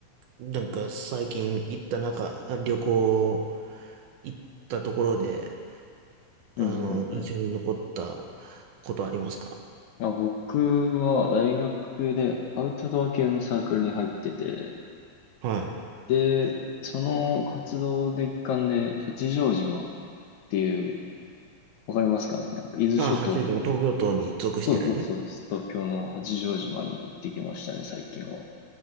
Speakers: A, on the right (about 70°); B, on the left (about 70°).
A: なんか最近行った中、あ旅行行ったところで、
B: うんうんうん。
A: あの、印象に残ったことありますか
B: あ、僕は大学でアウトドア系のサークルに入ってて、
A: はい。
B: で、その活動の一環で、八丈島っていう、わかりますかねなんか伊豆諸島の、
A: あ、八王子は東京都に属してるね。
B: そうそうそうです。東京の八丈島に行ってきましたね、最近は。